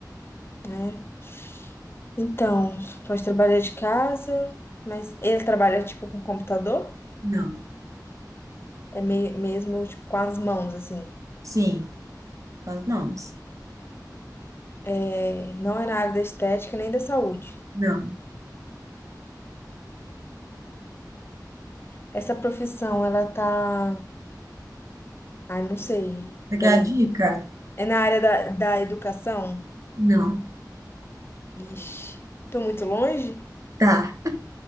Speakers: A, on the left (about 35°); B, on the right (about 50°).
A: É. Então, pode trabalhar de casa, mas ele trabalha tipo com computador?
B: Não.
A: É me- mesmo tipo com as mãos, assim.
B: Sim, com as mãos.
A: É, não é na área da estética nem da saúde.
B: Não.
A: Essa profissão, ela tá Ai, não sei.
B: Você
A: Peraí.
B: quer a dica?
A: É na área da, da educação?
B: Não.
A: Ixi, tô muito longe?
B: Tá.